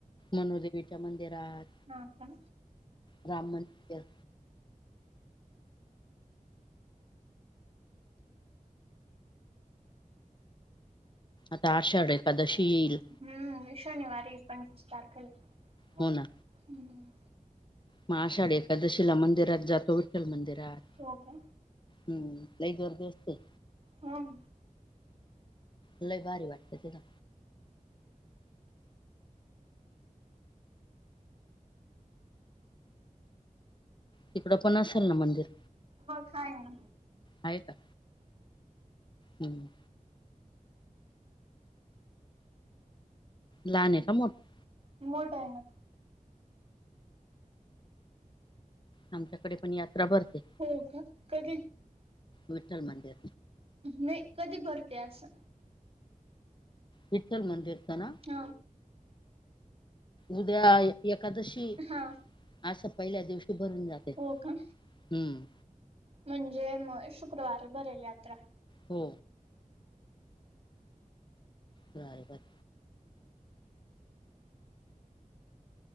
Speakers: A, on the left (about 35°); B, on the right (about 45°).
A: मनुदेवीच्या मंदिरात.
B: हां का?
A: राम <inaudible> दीर आता आरषाढ एकादशी येईल.
B: हम्म शनिवारी पण पंचवीस तारखेला आहे
A: हो
B: हम्म.
A: ना मग आषाढ एकादशीला मंदिरात जातो विठ्ठल मंदिरात
B: हो का?
A: हम्म लई गर्दी असते.
B: होन
A: लय भारी वाटते तिथं. तिकडं पण असेल ना मंदिर
B: मग काय ना
A: आहे का? हम्म. लहान आहे का मोठं
B: मोट हाय ना.
A: आमच्याकडे पण यात्रा भरते.
B: हो का कधी?
A: विठ्ठल मंदिर
B: नाही कधी भरते आसं?
A: विठ्ठल मंदिरच ना
B: हा.
A: उद्या एकादशी
B: हा
A: असं पहिल्या दिवशी भरून जाते
B: हो का?
A: हम्म
B: म्हणजे म शुक्रवार भरेल यात्रा.
A: हो नारळी भात.